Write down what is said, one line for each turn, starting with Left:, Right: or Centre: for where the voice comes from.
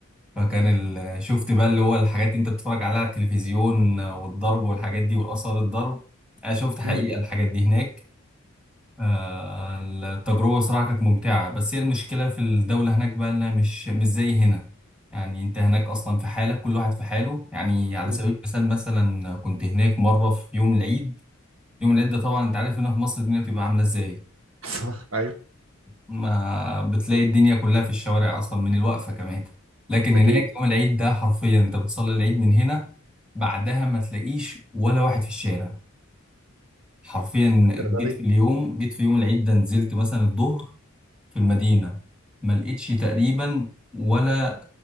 Centre: فكان ال- شفت بقى اللي هو الحاجات اللي أنت بتتفرج عليها على التلفزيون والضرب والحاجات دي وآثار الضرب أنا شفت حقيقة
Right: امم
Centre: الحاجات دي هناك آه، التجربة بصراحة كانت ممتعة بس هي المشكلة في الدولة هناك بقى إنها مش مش زي هنا يعني أنت هناك أصلا في حالك كل واحد في حاله يعني على
Right: أمم.
Centre: سبيل المثال مثلا كنت هناك مرة في يوم العيد يوم العيد ده طبعا أنت عارف هنا في مصر الدنيا بتبقى عاملة إزاي
Right: صح، ايوه
Centre: فما بتلاقي الدنيا كلها في الشوارع أصلا من الوقفة كمان لكن
Right: اكيد
Centre: هناك يوم العيد ده حرفيا أنت بتصلي العيد من هنا بعدها ما تلاقيش ولا واحد في الشارع حرفيا
Right: الدرجه
Centre: جيت
Right: دي
Centre: في اليوم جيت في يوم العيد ده نزلت مثلا الظهر في المدينة ما لقيتش تقريبا ولا